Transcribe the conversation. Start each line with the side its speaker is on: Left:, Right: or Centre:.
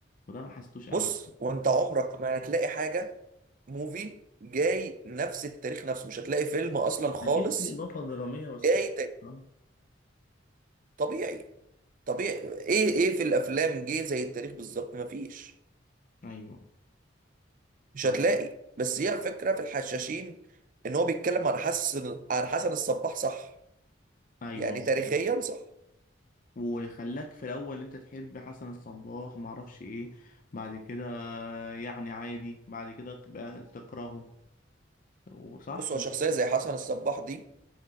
Left: وده ما حسيتوش
Right: بص
Left: أوي
Right: وانت عمرك ما هتلاقي حاجة موفي جاي نفس التاريخ نفسه مش هتلاقي فيلم اصلا خالص
Left: أكيد في إضافة درامية بس
Right: جاي
Left: يعني
Right: ت-
Left: آه،
Right: طبيعي طبيعي ايه ايه في الافلام جه زي التاريخ بالظبط مفيش
Left: أيوه
Right: مش
Left: طب
Right: هتلاقي بس هي الفكرة في الحشاشين ان هو بيتكلم عن حسن عن حسن الصباح صح
Left: أيوه
Right: يعني تاريخيا صح
Left: وخلاك في الأول أنت تحب حسن الصباح معرفش إيه بعد كده يعني عادي بعد كده بقى تكرهه وصح
Right: بص هو
Left: مش
Right: شخصية
Left: مش
Right: زي حسن
Left: هو-
Right: الصباح دي